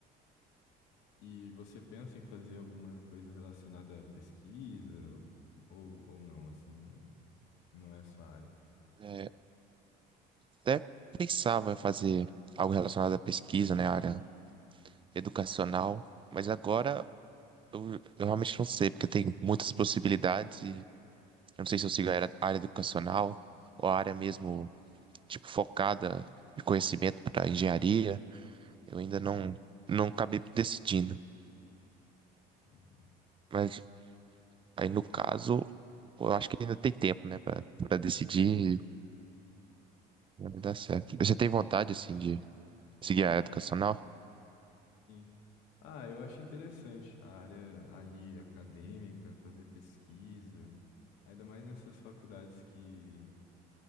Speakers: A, on the left; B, on the right.
A: E você pensa em fazer alguma coisa relacionada à pesquisa ou, ou não, assim, nem- não é a sua área?
B: É, até pensava em fazer algo relacionado à pesquisa, né? Área educacional, mas agora eu, eu realmente não sei, porque tem muitas possibilidades e eu não sei se eu sigo a área, a área educacional ou a área mesmo, tipo, focada de conhecimento para engenharia. Eu ainda não, não acabei decidindo,
A: Uhum.
B: mas aí no caso, eu acho que ainda tem tempo, né, para decidir e vai dar certo. Você tem vontade, assim, de seguir a área educacional?
A: Sim. Ah, eu acho interessante a área ali acadêmica, fazer pesquisa, ainda mais nessas faculdades que